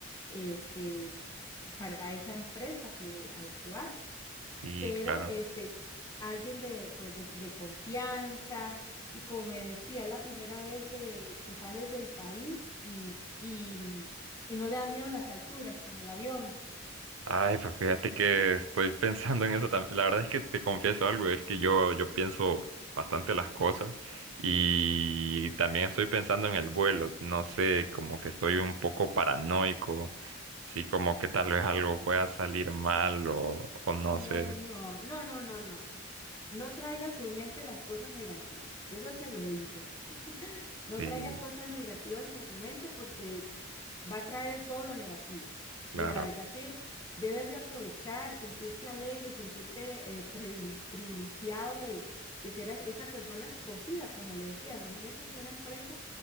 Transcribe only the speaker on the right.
Sí,
claro.
Ay, pues fíjate que estoy <laughs> pensando en eso también. La verdad es que te confieso algo, es que yo, yo pienso bastante las cosas y también estoy pensando en el vuelo. No sé, como que estoy un poco paranoico, sí, como que tal vez algo pueda salir mal o, o no
sé.
Sí,
claro.